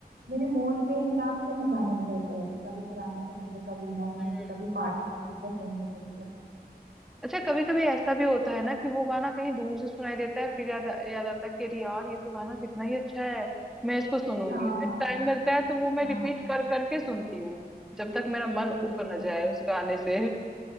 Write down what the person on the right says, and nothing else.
मेरे मूड के हिसाब से मैं गाने बदलते रहती हूँ। कभी पुराने पसंद है कभी नए
कभी पार्टी म्यूजिक पसंद है कभी कुछ
हाँ
हाँ
बिल्कुल